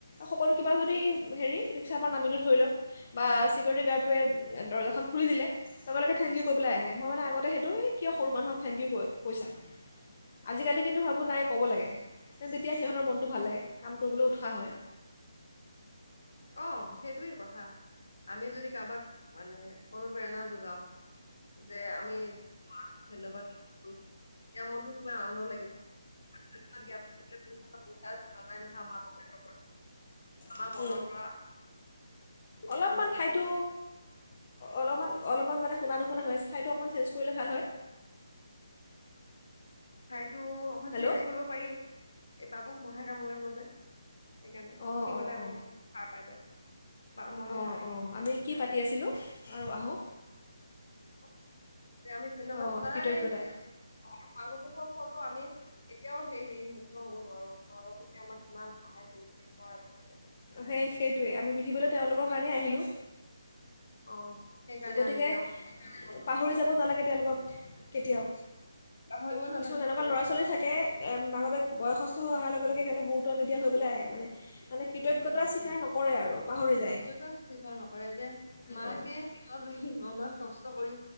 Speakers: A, on the left (about 35°); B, on the left (about 85°).
A: সকলো কিবা যদি হেৰি ৰিক্সাৰ পৰা নামিলোঁ ধৰি লওক বা চিকিউৰিটি গাৰ্ডটোৱে দৰজাখন খুলি দিলে লগে-লগে থেংক ইউ ক পেলাই আহে। মই মানে আগতে সেইটোৱে কিয় সৰু মানুহক থঠেংক ইউ কৈছা, আজিকালি কিন্তু ভাবোঁ নাই ক'ব লাগে তেতিয়া সিহঁতৰ মনটো ভাল লাগে কাম কৰিবলৈ উৎসাহ হয়।
B: অ, সেইটোয়ে কথা। আমি যদি কাৰোবাক মানে অনুপ্ৰেৰণা যোগাও যে আমি তোমাৰ ওচৰত ধন্যবাদ কৰিছো এতিয়া মনটোো তোমাৰ আনন্দ লাগি। নাযায় নহয় আমাৰ পকেটৰ পৰা।
A: হয়
B: মনৰ পৰা উঠা
A: অলপমান
B: বাণী।
A: ঠাইতো অলপমান-অলপমান মানে শুনা নুশুনা হয় হয় আছে, ঠাইটো অকণমান চেঞ্জ কৰিলে ভাল হয়।
B: হয় টো অকণ
A: হেল্ল'
B: চেঞ্জ কৰিব পাৰি এই বাবুক মহে কামুৰিব যায় সেইকাৰণে
A: অঁ
B: উঠি
A: অঁ
B: গলে আকৌ
A: অঁ
B: সাৰ পাই যায় বা মহে
A: অঁ
B: আহি
A: অঁ
B: আছে।
A: আমি কি পাতি আছিলোঁ আৰু আহোঁ
B: <inaudible> আমি ধন্যবাদ
A: অঁ
B: সদায়।
A: কৃতজ্ঞতা
B: কৰ কৰ আমি এতিয়াও সেই ঋণ মুক্ত হব নোৱাৰো, আগতকে আমাৰ কিমান সহায় কৰিছে কিমান আগবঢ়িব
A: সেই সেইটোৱে আমি পৃথিৱলৈ তেওঁলোকৰ কাৰণেই আহিলোঁ।
B: অ সেইকাৰণে
A: গতিকে
B: আমি তেওঁ
A: পাহৰি
B: সদায়
A: যাব নালাগে তেওঁলোকক। কেতিয়াও।
B: পাহৰিব নালাগে
A: কিছুমান এনেকুৱা
B: কেতিয়াও।
A: ল'ৰা ছোৱালী থাকে, মাক বাপে বয়সস্থ স অহাৰ লগে-লগে সিহঁতে গুৰুত্ব নিদিয়া আহি পেলাই মানে মানে কৃতজ্ঞতা
B: হয়
A: স্বীকাৰ
B: হয়
A: নকৰে আৰু পাহৰি যায়
B: সেইটো কে স্বীকাৰ নকৰে যে
A: নকৰে
B: মাকে পেটতত ৰাখি নমাহ কষ্ট কৰি